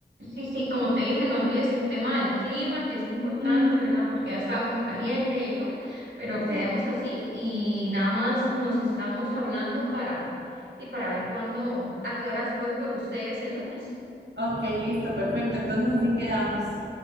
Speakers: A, on the right; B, on the right.
A: Sí, sí, como te dije, no olvides el tema del clima, que es importante,
B: Ujú,
A: ¿verdad? Porque ya estaba como caliente, de lluvia, pero
B: Sí.
A: quedemos así y nada más nos estamos hablando para, y para ver cuándo, a qué horas voy por ustedes el lunes.
B: Ok, listo, perfecto. Entonces así quedamos.